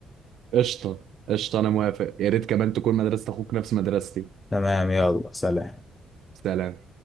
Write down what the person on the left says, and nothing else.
تمام يلا سلام